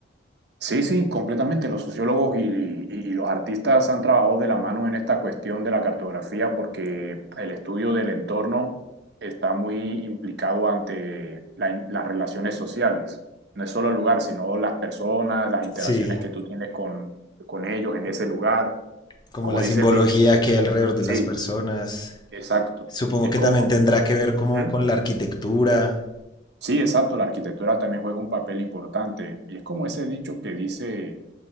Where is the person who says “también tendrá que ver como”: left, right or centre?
Left